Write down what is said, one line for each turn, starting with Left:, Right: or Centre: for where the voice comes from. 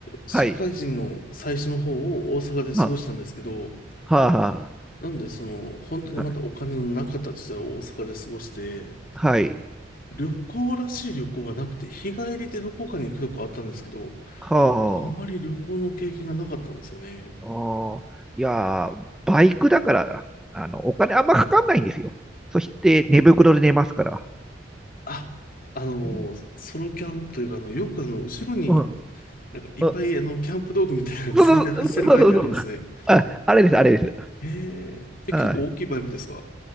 Left: 社会人の最初の方を大阪で過ごしたんですけど、
Centre: はい。は、は、は、
Left: なので、その、本当にまだお金のなかった時代を大阪で過ごして、
Centre: はい。はい、
Left: 旅行らしい旅行はなくて、日帰りでどこかに行くとこあったんですけど、
Centre: はあ
Left: あまり旅行の経験がなかったんですよね。
Centre: おーいやー、バイクだから、あの、お金あんまかかんないんですよ。そして、寝袋で寝ますから。
Left: ああの、
Centre: うん。
Left: ソロキャンというか、あの、よくあの、後ろに
Centre: うん。
Left: なんかいっぱいあの、
Centre: うん
Left: キャンプ道具みたいなの積んで走るバイクありますね。
Centre: そうそうそうそうそう。あ、あれです、あれです。
Left: ええ、え、
Centre: うん。
Left: 結構大きいバイクですか